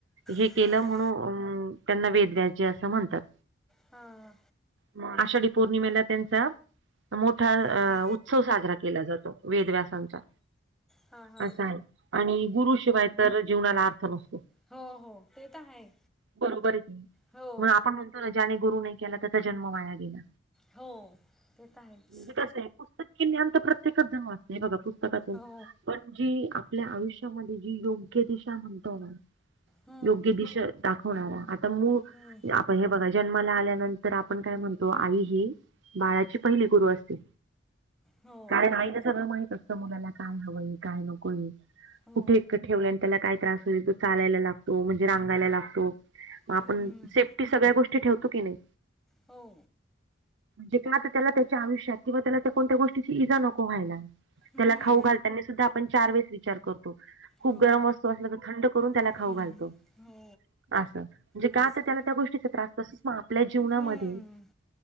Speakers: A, on the right; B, in the centre.
A: हे
B: हां
A: केलं म्हणू उम्म त्यांना वेद व्यासजी असं म्हणतात.
B: हा आ.
A: म आषाढी पौर्णिमेला त्यांचा मोठा
B: हां
A: अ उत्सव साजरा केला जातो. वेदव्यासांचा
B: हा हा.
A: असा आहे. आणि गुरु शिवाय तर जीवनाला अर्थ नसतो.
B: हो हो ते तर आहे.
A: बरोबर ये
B: हो
A: मग आपण म्हणतो ना ज्याने गुरु नाय केला त्याचा जन्म वाया गेला.
B: हो ते तर आहेच
A: ते कसं ये पुस्तकी ज्ञान तर प्रत्येक जण जमवतोय पुस्तकातून.
B: हो
A: पणजी आपल्या आयुष्यामध्ये ही योग्य दिशा म्हणतो आपण.
B: हम्म,
A: योग्य दिशा दाखवणारा आता म़
B: हम्म,
A: आत्ता हे बघा जन्माला आल्यानंतर आपण काय म्हणतो आई ही. बाळाची पहिली गुरु असते.
B: हो
A: कारण आईला सगळं माहित असतं मुलाला काय हवं ए काय नको ये.
B: हो
A: कुठे इतकं ठेवल्याने त्याला काय त्रास होईल जो. चालायला लागतो म्हणजे रांगायला लागतो मग आपण
B: हम्म,
A: सेफ्टी सगळ्या गोष्टी ठेवतो का नाही.
B: हो.
A: तिथं ना आता त्याला त्याच्या आयुष्याची व कोणत्याही गोष्टीची इजा नको बाईला.
B: हम्म,
A: त्याला खाऊ घालताना सुद्धा आपण चार वेळेस विचार करतो खूप
B: हो
A: गरम वस्तू असलं तर थंड. करून त्याला
B: हम्म,
A: खाऊ घालतो
B: हो
A: त्या गोष्टीत
B: असं
A: गोष्टीचा त्रास असतो ना आपल्या जीवनामध्ये
B: हम्म,